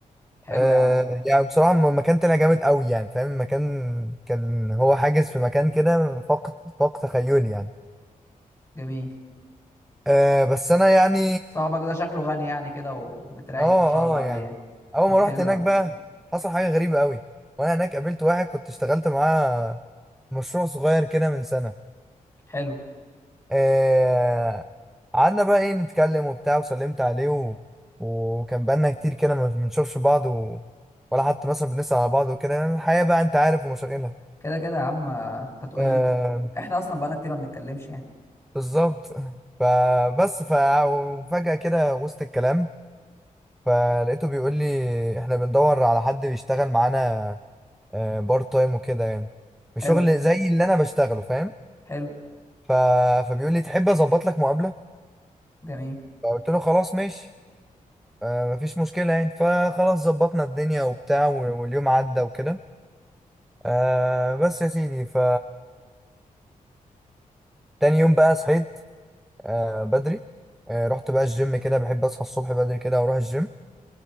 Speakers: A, on the left; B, in the centre.
A: حلو
B: آه
A: يا عم
B: يعني بصراحة المكان طلع جامد قوي يعني فاهم المكان كان هو حاجز في مكان كده فوق فوق تخيلي يعني
A: جميل
B: آه بس أنا يعني
A: صاحبك ده شكله غني يعني كده ومتريش
B: اه
A: ما شاء
B: اه
A: الله عليه
B: آه، يعني
A: يعني
B: أول
A: طب
B: ما
A: حلو
B: رحت هناك
A: يا عم
B: بقى حصل حاجة غريبة قوي وأنا هناك قابلت واحد كنت اشتغلت معاه مشروع صغير كده من سنة
A: حلو
B: آه قعدنا بقى ايه نتكلم وبتاع وسلمت عليه و... وكان بقالنا كتير كده ما بنشوفش بعض و... ولا حتى مثلا بنسأل على بعض وكده يعني الحياة بقى انت عارف ومشاغلها
A: كده كده يا عم آه، انت تقول
B: آه
A: لي احنا اصلا بقالنا كتير ما بنتكلمش يعني
B: بالظبط <laughs> فبس ف... وفجأة كده وسط الكلام فلقيته بيقول لي احنا بندور على حد بيشتغل معانا آه بارت تايم وكده يعني في
A: حلو
B: شغل زي اللي انا بشتغله فاهم
A: حلو
B: ف... فبيقول لي تحب اظبط لك مقابلة
A: جميل
B: فقلت له خلاص ماشي آه مفيش مشكلة يعني فخلاص ظبطنا الدنيا وبتاع و- واليوم عدى وكده آه بس يا سيدي ف تاني يوم بقى صحيت آه بدري آه رحت بقى الجيم كده بحب اصحى الصبح بدري كده واروح الجيم